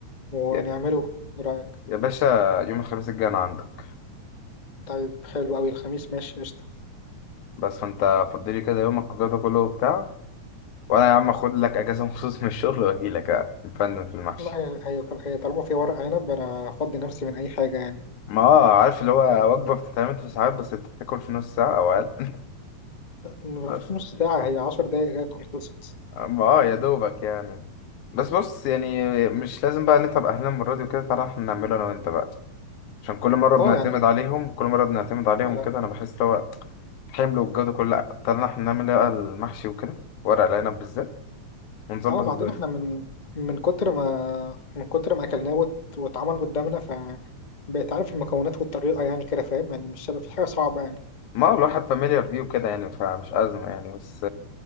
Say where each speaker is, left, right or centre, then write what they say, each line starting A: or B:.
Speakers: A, on the left (about 50°); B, on the left (about 75°).
A: ونعمله
B: يا
A: ايه رأيك
B: يا باشا يوم الخميس الجاي انا عندك
A: طيب حلو قوي الخميس ماشي قشطة
B: بس فانت فضلي كده يومك والجو ده كله وبتاع وانا يا عم اخد لك اجازه <laughs> مخصوص من الشغل واجي لك نفنن في المحشي
A: لا هي هي هي طالما في ورق عنب انا افضي نفسي من اي حاجة يعني
B: ما اه عارف اللي هو وجبه بتتعمل في ساعات بس انت بتاكل في نص ساعه او اقل <laughs>
A: مفيش
B: بس
A: نص ساعة هي عشر دقايق جاية تكون خلصت
B: ما اه يا دوبك يعني بس بص يعني مش لازم بقى نتعب اهلنا المره دي وكده تعالى احنا نعمله انا وانت بقى عشان كل مرة بنعتمد
A: اه يعني
B: عليهم كل مرة بنعتمد عليهم
A: لا لا
B: وكده أنا بحس لو حمل والجو ده كله لأ، طلعنا احنا نعمل إيه بقى المحشي وكده ورق العنب بالذات ونظبط
A: اه بعدين
B: الدنيا
A: احنا من من كتر ما من كتر ما اكلناه وات- واتعمل قدامنا ف بقيت عارف المكونات والطريقة يعني كده فاهم يعني مش هيبقى في حاجة صعبة يعني
B: ما الواحد فاميليار بيه وكده يعني فمش أزمة يعني بس